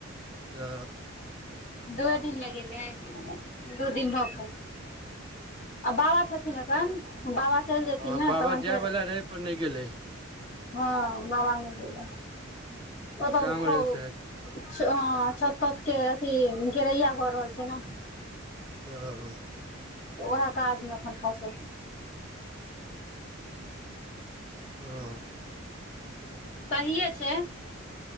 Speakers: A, on the right; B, on the left.
A: ओ
B: दूए दिन ले गेलै आइब गेलै दू दिन भऽ गेलै आ बाबा छथिन एखन बाबा चलि जेथिन
A: आ
B: ने
A: बाबा
B: तहन
A: जाय
B: फेर
A: वाला रहै पर नहि गेलै
B: हँ बाबा नहि गेल रहै
A: कुछ
B: ओतऽ
A: काम
B: उ घर
A: रहे शायद
B: छत छत के अथी घेरैया भऽ रहल छै नऽ
A: हँ
B: तऽ उएह काजमे एखन फँसल छै
A: ओ
B: सहिये छै